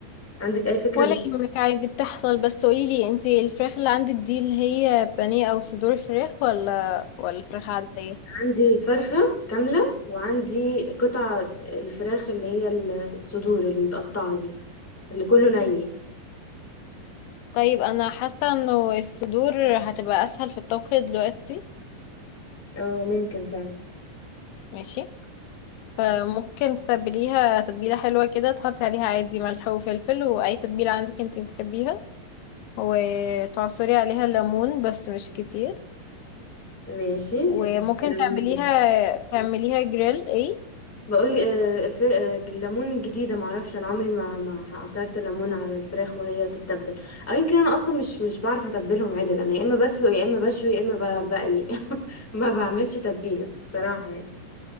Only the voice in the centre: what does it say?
عندك اي فكره
بال...
عندي فرخه كامله وعندي قطع الفراخ اللي هي الصدور المتقطعه دي اللي كله ني
اه ممكن فعلا
ماشي
حكي كلامي
دي
بقول لي آه، الف- آه، الليمون جديده معرفش انا عمري ما ما عصرت ليمون على الفراخ وهي تتبل او يمكن انا اصلا مش مش بعرف اتبلهم عدل انا يا اما بسلق يا اما بشوي يا اما ب- بقلي <laughs> ما بعملش تتبيله بصراحه يعني